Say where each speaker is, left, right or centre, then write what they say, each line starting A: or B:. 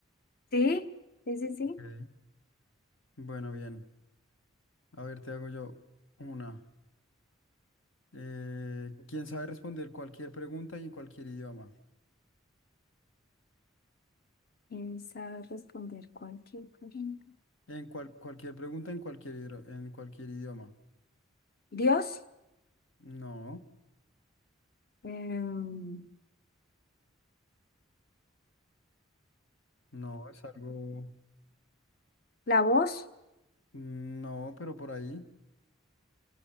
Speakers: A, on the left; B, on the left.
A: Sí, sí, sí, sí.
B: Ok. Bueno, bien. A ver, te hago yo una. Eh, ¿quién sabe responder cualquier pregunta y en cualquier idioma?
A: Pensar, responder cualquier pregunta.
B: En cual- cualquier pregunta en cualquier, hidro- en cualquier idioma.
A: Dios,
B: No,
A: em,
B: no, es algo...
A: la voz,
B: No, pero por ahí,